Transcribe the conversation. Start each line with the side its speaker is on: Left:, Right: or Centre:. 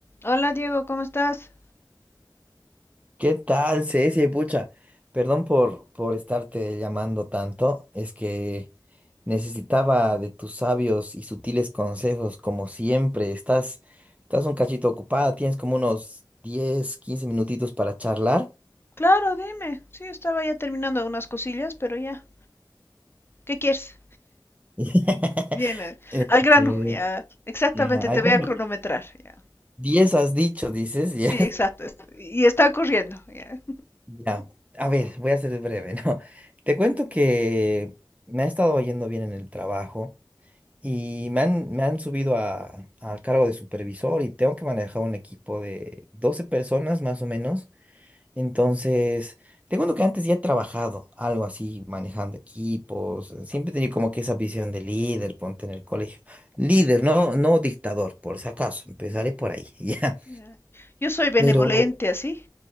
Left: Hola Diego, ¿cómo estás?
Right: ¿Qué tal, Ceci? Pucha, perdón por, por estarte llamando tanto. Es que necesitaba de tus sabios y sutiles consejos, como siempre. Estás, estás un cachito ocupada, tienes como unos 10 15 minutitos para charlar.
Left: Claro, dime. Sí, estaba ya terminando unas cosillas, pero ya. ¿Qué quieres?
Right: <laughs>
Left: Bien, eh,
Right: Este,
Left: al grano, ya. Exactamente,
Right: ya,
Left: te
Right: ay,
Left: voy
Right: bueno,
Left: a cronometrar, ya.
Right: 10 has dicho, dices. Ya,
Left: Sí,
Right: <laughs>
Left: exacto. es- Y está corriendo, ya.
Right: ya. A ver, voy a ser breve, ¿no? Te cuento que me ha estado yendo bien en el trabajo. Y me han, me han subido a, al cargo de supervisor y tengo que manejar un equipo de 12 personas más o menos. Entonces, tengo uno que antes ya he trabajado, algo así, manejando equipos. eh, Siempre he tenido como que esa visión de líder, ponte en el colegio. Líder, no, no dictador, por si acaso. Empezaré por ahí, <laughs> ya.
Left: Ya. Yo soy benevolente,
Right: Pero,
Left: así.